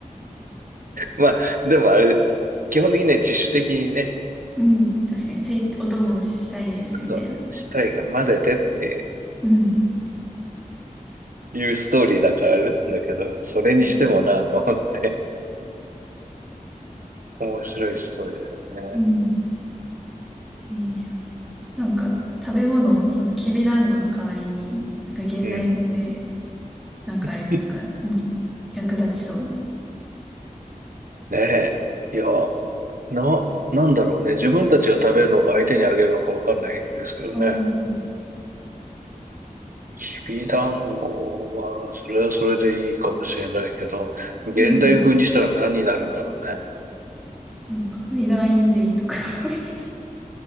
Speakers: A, on the right (about 75°); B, in the centre.
A: まあ、でもあれ、基本的にね、自主的にね、
B: うん。確かについ、お供したいです、みたいな。
A: そうしたいが混ぜてって
B: うん。
A: いうストーリーだからあれなんだけど、それにしてもなと思って、
B: うん。
A: 面白いストーリーだよね。
B: うんいいじゃん。なんか、食べ物、そのきびだんごの代わりに、なんか現代風で、
A: うん。
B: なんかありますかね。
A: ね
B: もう、役立ちそうな。
A: え。いや、な、なんだろうね。自分たちが食べるのか相手にあげるのかわかんないですけどね。
B: ああ
A: きびだんごは、それはそれでいいかもしれないけど、現代風にしたら何になるんだろうね。
B: うん。なんか、ウィダーインジェリーとか <laughs>